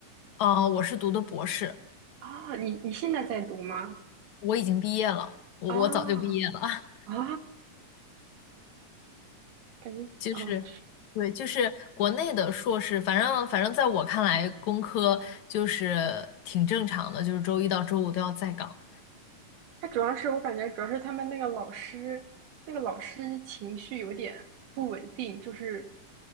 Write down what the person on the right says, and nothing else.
啊，你你现在在读吗？
啊啊，感觉啊。
他主要是我感觉主要是他们那个老师，那个老师情绪有点不稳定，就是